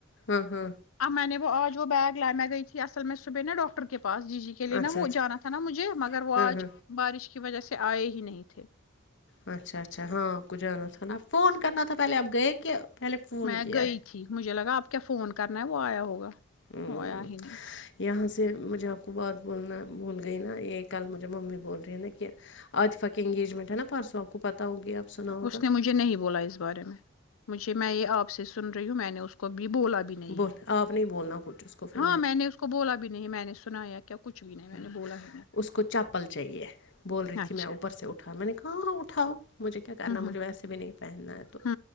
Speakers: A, on the left (about 60°); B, on the left (about 80°).
A: ہاں ہاں
B: اب میں نے وہ اور بیگ لائے میں گئی تھی اصل میں صبح ن ڈاکٹر کے پ پاس جی جی کے لیے
A: اچھا
B: نا وہ
A: اچھا
B: جانا تھا نا مجھے مگر وہ آج
A: ہاں ہاں
B: بارش کی وجہ سے آئے ہی نہیں تھے
A: اچھا اچھا ہاں آپ کو جانا تھا نا فون کرنا تھا پہلے آپ گئے کہ پہلے فون
B: میں
A: کیا
B: گئی تھی مجھے لگا آپ کیا فون کرنا ہے وہ آیا ہوگا
A: ہ
B: وہ آیا ہی نہیں
A: یہاں سے مجھے آپ کو بات بولنا بول گئی نا یہ کل مجھے ممی بول رہی ہے نا کہ عطفا کی انگیجمنٹ ہے نا پرسوں آپ کو پتا ہوگی آپ سنا ہوگا
B: اس نے مجھے نہیں بولا اس بارے میں مجھے میں یہ آپ سے سن رہی ہوں میں نے اس کو بھی بولا بھی نہیں
A: بول
B: ہے
A: آپ نہیں بولنا کچھ اس کو پھر
B: ہاں میں نے اس کو بولا بھی نہیں ہے میں نے سنایا کیا کچھ بھی نہیں میں
A: ہ
B: نے بولا ہی نہیں
A: اس کو چپل چاہیے بول رہی
B: اچھا
A: تھی میں اوپر سے اٹھا میں نے کہاں اٹھا اٹھؤ مجھے کیا کرنا
B: ہ
A: مجھے ویسے بھی نہیں پہننا ہے تو
B: ہ ہ